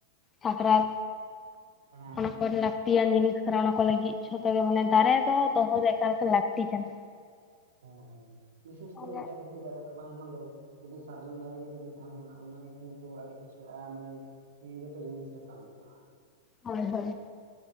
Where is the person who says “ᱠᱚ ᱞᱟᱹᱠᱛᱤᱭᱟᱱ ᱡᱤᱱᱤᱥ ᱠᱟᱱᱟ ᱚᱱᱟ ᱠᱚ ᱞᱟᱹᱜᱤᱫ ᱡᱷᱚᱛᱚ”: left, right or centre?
Left